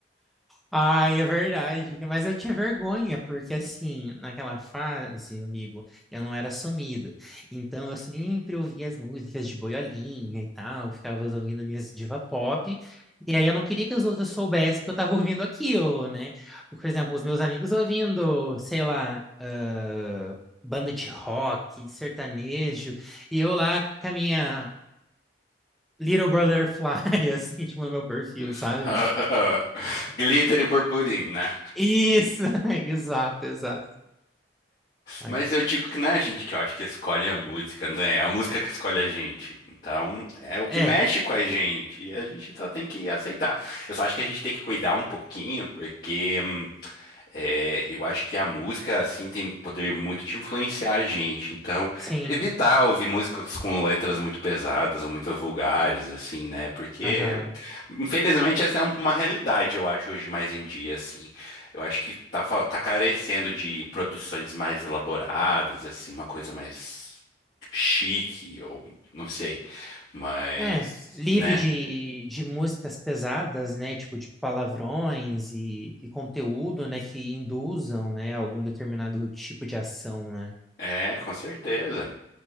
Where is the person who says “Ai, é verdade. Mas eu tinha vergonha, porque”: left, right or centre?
Centre